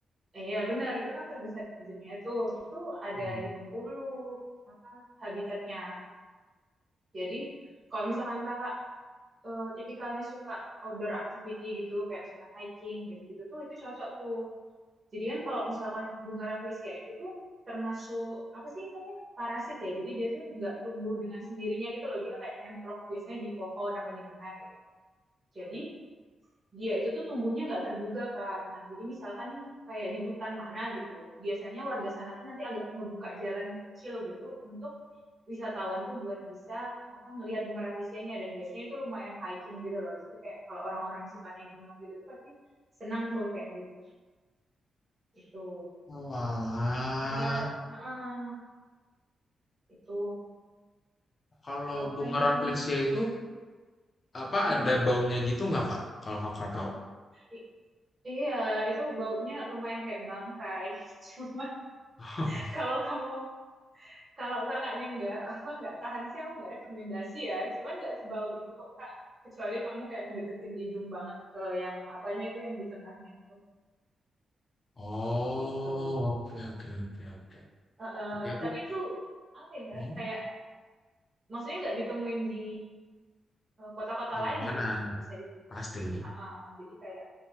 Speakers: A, on the right (about 25°); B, on the left (about 35°).
A: iya benar itu kan terbesar di dunia tuh. Itu ada
B: Hmm.
A: di Bengkulu apa habitatnya. Jadi kalau misalkan kakak eh, tipikalnya suka outdoor activity gitu kayak misalkan hiking gitu-gitu tuh itu cocok tuh. Jadi kan kalau misalkan bunga rafflesia itu tuh termasuk apa sih namanya parasit ya jadi dia tuh nggak tumbuh dengan sendirinya gitu loh dia kayak nemplok biasanya di pohon apa di mana kayak gitu Jadi dia itu tuh tumbuhnya nggak terduga, Kak. Nah, jadi misalkan nih kayak di hutan mana gitu, biasanya warga sana tuh nanti agak ngebuka jalan kecil gitu untuk wisatawan tuh buat bisa apa ngelihat bunga rafflesianya dan biasanya itu lumayan hiking gitu loh. Jadi kayak kalau orang-orang yang suka naik gunung gitu tuh pasti senang tuh kayak gitu. Itu
B: Walah,
A: kira heeh, itu
B: kalau
A: apa
B: bunga
A: namanya?
B: rafflesia itu apa
A: Mm-mm.
B: ada baunya gitu nggak kak? Kalau kakak tahu.
A: I- Iya, itu baunya lumayan kayak bangkai. <laughs> Cuma
B: <laughs>
A: kalau kamu kalau kakaknya nggak <laughs> nggak tahan sih aku nggak rekomendasi ya cuman nggak sebau itu kok kak kecuali kamu kayak deketin hidung banget ke yang apanya itu yang di tengahnya itu
B: Oh,
A: gitu
B: oke, oke, oke, oke.
A: Eh, eh,
B: Jadi aku
A: tapi itu apa ya
B: hmm,
A: kayak maksudnya nggak ditemuin di eh, kota-kota
B: mana-mana
A: lain gitu kan nggak bisa ditemuin
B: pasti.
A: Ah, ah. jadi kayak